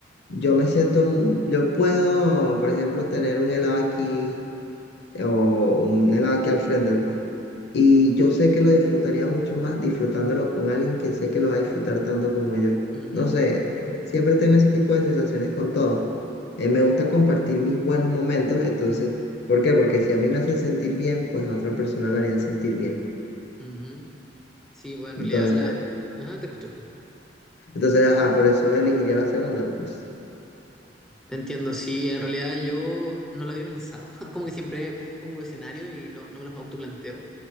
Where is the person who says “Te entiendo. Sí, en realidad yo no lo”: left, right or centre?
Centre